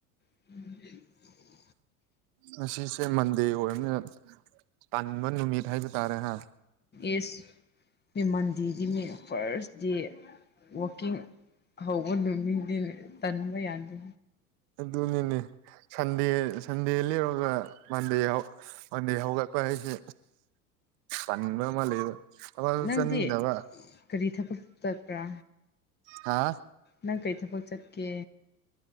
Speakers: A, on the left; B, on the right.
A: <unintelligible>
B: ꯉꯁꯤꯁꯦ ꯃꯟꯗꯦ ꯑꯣꯏꯔꯃꯤꯅ ꯇꯥꯟꯕ ꯅꯨꯃꯤꯠ ꯍꯥꯏꯕ ꯇꯥꯔꯦ ꯍꯥ꯫
A: ꯏꯁ ꯃꯤ ꯃꯟꯗꯦꯗꯤ ꯃꯤ ꯐꯔꯁ ꯗꯦ꯫ ꯋꯥꯛꯀꯤꯡ ꯍꯧꯕ ꯅꯨꯃꯤꯡꯅꯤꯅꯦ ꯇꯟꯕ ꯌꯥꯗꯦ꯫
B: ꯑꯗꯨꯅꯤꯅꯦ ꯁꯟꯗꯦ ꯁꯟꯗꯦ ꯂꯦꯞꯔꯒ ꯃꯟꯗꯦ ꯃꯟꯗꯦ ꯍꯧꯒꯠꯄ ꯍꯥꯏꯁꯦ ꯇꯟꯕ ꯑꯃ ꯂꯩꯕ ꯊꯕꯛꯁꯨ
A: ꯅꯪꯗꯤ
B: ꯆꯠꯅꯤꯡꯗꯕ꯫
A: ꯀꯔꯤ ꯊꯕꯛ ꯆꯠꯄ꯭ꯔꯥ?
B: ꯍꯥ
A: ꯅꯪ ꯀꯩ ꯊꯕꯛ ꯆꯠꯀꯦ?